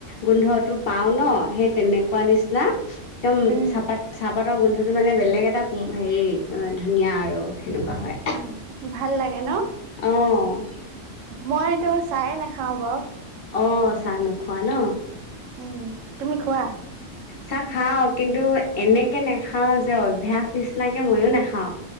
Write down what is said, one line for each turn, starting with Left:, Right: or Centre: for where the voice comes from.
Left: গোন্ধতটো পাও ন সেই তেনেকুৱা নিচিনা। একদম
Right: উম, উম,
Left: চাহপাত চাহপাতৰ গোন্ধটো মানে বেলেগ এটা হেৰি ধুনীয়া আৰু সেনেকুৱা হয়।
Right: উম, ভাল লাগে ন।
Left: অ'।
Right: মই এইটো চায়ে নাখাও বাৰু।
Left: অ, চাহ নোখোৱা ন।
Right: উম, তুমি খোৱা?
Left: চা খাওঁ কিন্তু এনেকৈ নাখাওঁ যে অভ্যাস নিচিনাকৈ ময়ো নাখাওঁ।